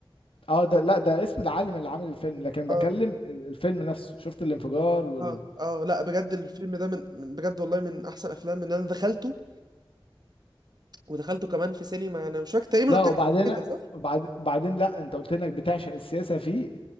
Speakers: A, on the left; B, on the right.
A: اه ده لا ده اسم العالم اللي عامل الفيلم لكن بكلم
B: اه
A: الفيلم نفسه شفت الانفجار وال
B: اه اه لا بجد الفيلم ده من, من بجد والله من احسن افلام ان انا دخلته ودخلته كمان في سينما انا مش فاكر تقريبا
A: لا
B: قلت
A: وبعدين
B: لك قبل كده صح
A: بعد بعدين لا انت قلت انك بتعشق السياسه فيه